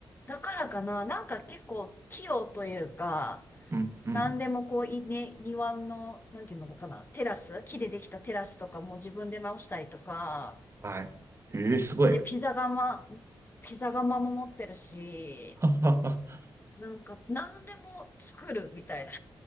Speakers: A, on the left; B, on the right.
A: だからかな、なんか結構器用というか、
B: うんうん。
A: 何でもこう、いね、庭の、なんていうのかな、テラス、木でできたテラスとかも自分で直したりとか、
B: はい。ええ、すごい。
A: で、ピザ窯、ピザ窯も持ってるし、
B: <laughs> あ
A: なんか、何でも作るみたいな。